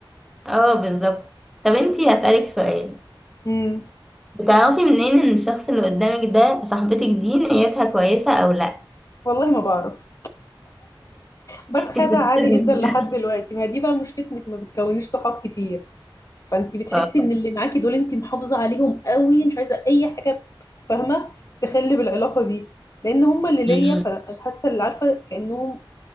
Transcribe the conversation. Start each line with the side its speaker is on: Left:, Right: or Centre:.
Centre: اه بالظبط طب انتي هسألك سؤال
Left: امم
Centre: بتعرفي منين ان الشخص اللي قدامك ده صاحبتك دي نيتها كويسه او لا
Left: والله ما بعرف بتخدع
Centre: انت بتتصدمي
Left: عادي جدا لحد دلوقتي ما دي بقى مشكلتك ما بتكونيش صحاب كتير فانت بتحسي
Centre: آه،
Left: ان اللي معاكي دول انت محافظه عليهم قوي مش عايزه اي حاجه فاهمه تخلي بالعلاقه دي لان هم اللي ليا
Centre: مم.
Left: فانا حاسه اللي عارفه كانهم